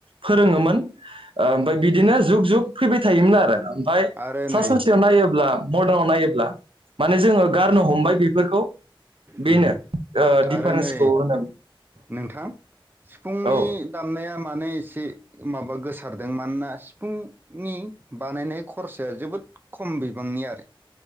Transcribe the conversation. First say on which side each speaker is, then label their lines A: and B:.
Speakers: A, on the right; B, on the right.
A: फोरोङोमोन ओमफ्राय बिदिनो जुग जुग फैबाय थायोमोन आरो ओमफाय
B: आरो
A: मदारनाव
B: नै
A: नायोब्ला माने जोङो गारनो हम मबाय बेफोरखौ बेनो
B: उम
A: ओ दिडफारेन्सखौ
B: आरो नै
A: होनो
B: नोंथां सिफुंनि
A: औ
B: दामनाया मानो एसे माबा गोसारदों मानोना सिफुंनि बानायनाय खरसाया जोबोद खम बिबांनि आरो